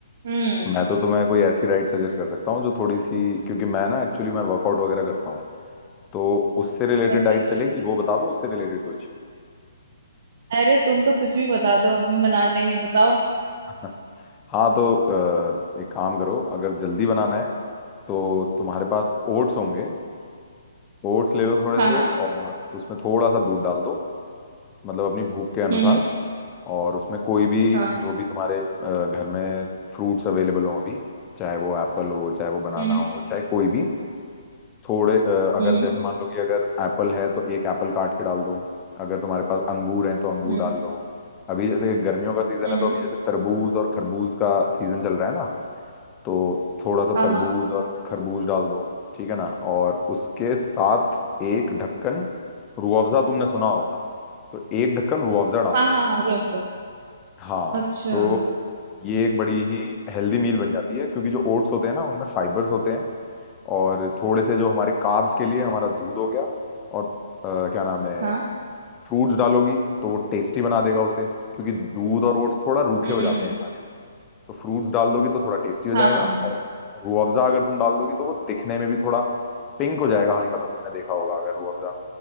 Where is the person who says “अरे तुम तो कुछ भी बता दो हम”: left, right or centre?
Right